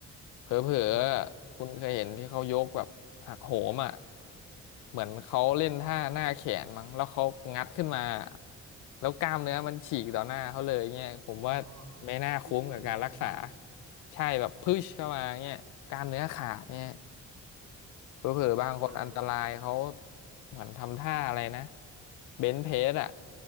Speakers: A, on the left; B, on the right.
A: เผลอๆคุณเคยเห็นที่เขายกแบบหักโหมอ่ะ
B: อ๋อ
A: เหมือนเขาเล่นท่าหน้าแขนมั้งแล้วเขางัดขึ้นมา
B: อม
A: แล้วกล้ามเนื้อมันฉีกต่อหน้าเขาเลยเนี่ยผมว่า
B: อ๋อ
A: ไม่น่าคุ้มกับการรักษา
B: พุชไปเลยอย่างงี้
A: ใช่แบบพุชเข้ามาเนี่ยกล้ามเนื้อขาดเนี่ย
B: อ๋อ
A: เผลอๆบางคนอันตรายเขา
B: น่ากลัวเลย
A: เหมือนทำท่าอะไรนะเบนช์เพสอ่ะ